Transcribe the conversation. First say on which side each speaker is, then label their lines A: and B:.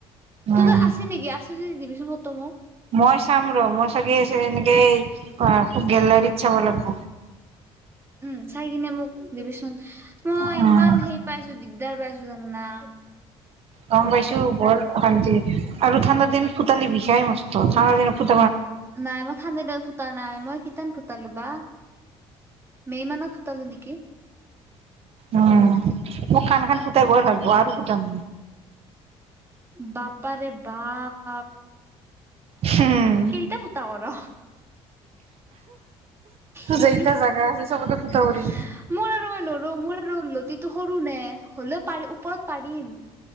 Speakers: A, on the right; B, on the right.
A: উম
B: তোৰতো আছে নেকি আছে আছে যদি দিবিচোন মোক তই মোক
A: মই চাম ৰ মই চাগে এনেকে আ গেলাৰীত চাব লাগিব
B: উম চাই কিনে মোক দাবিচোন মই
A: উম
B: ইমান হে পাইছোঁ দিগদাৰ পাইছোঁ জান না
A: গম পাইছোঁ বৰ অশান্তি আৰু ঠাণ্ডা দিন ফু ঠাণ্ডা কালি বিষাই মষ্ট ঠাণ্ডা দিনত ফুটা
B: নাই মই ঠাণ্ডা দিনত ফুটা নাই মই কিটানু ফুটালো বা মে মানত ফোতালো নকি
A: উম মোক কান খান ফুটাব হে লাগব আৰু ফু তাম
B: বাপাৰে বাপ
A: হম
B: কেইটা ফুতা কৰ হু
A: যেইটা
B: হু মোৰ
A: জাগা আছে চবতে ফুটাব দিম
B: আৰু মই নৰো মোৰ আৰু লতিটো সৰু নে হলেও পাৰি ওপৰত পাৰিম